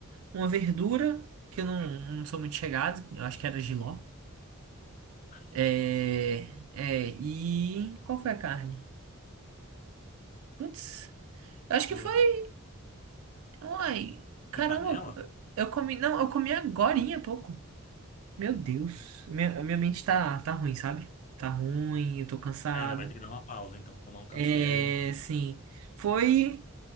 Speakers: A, on the right; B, on the left.
A: uma verdura, que eu não, não sou muito chegado. Eu acho que era jiló.
B: Ai,
A: É,
B: gosto de-
A: é, e qual foi a carne? Putz. Eu acho que
B: não
A: foi.
B: lembro.
A: Uai, caramba,
B: De panela?
A: eu comi, não, eu comi agorinha há pouco. Meu Deus, minha, minha mente tá, tá ruim, sabe? Tá ruim, eu tô cansado.
B: É, não, vai ter que dar uma pausa, então, tomar um café.
A: É, sim, foi,